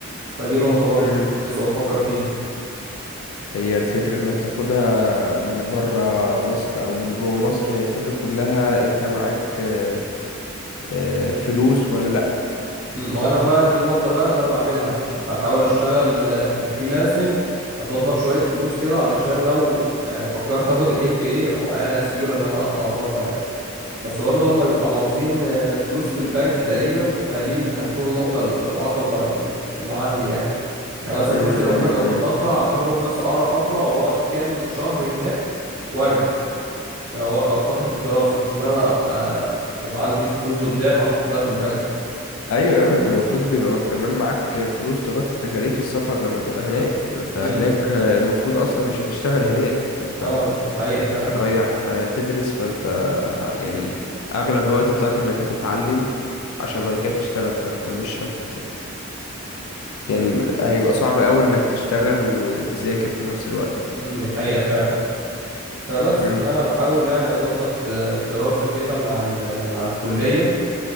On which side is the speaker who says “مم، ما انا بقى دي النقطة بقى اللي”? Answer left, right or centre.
Right